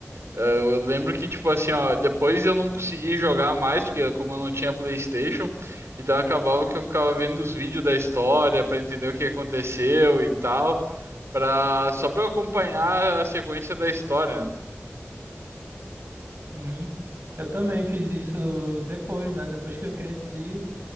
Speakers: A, on the right (about 80°); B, on the right (about 55°).
A: Ah, Eu lembro que, tipo assim, ó, depois eu não consegui jogar mais, porque como eu não tinha PlayStation, então acabava que eu ficava vendo os vídeos da história pra entender o que aconteceu e tal, pra, só pra eu acompanhar a sequência da história. né?
B: Uhum. Eu também fiz isso depois, né? Depois que eu cresci,